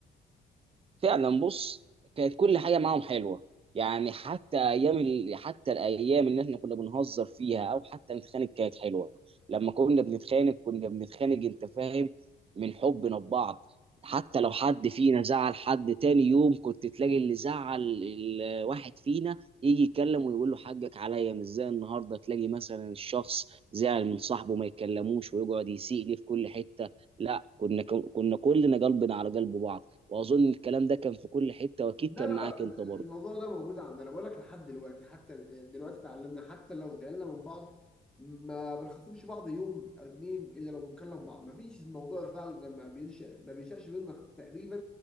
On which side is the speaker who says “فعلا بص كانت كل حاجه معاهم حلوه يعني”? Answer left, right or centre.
Right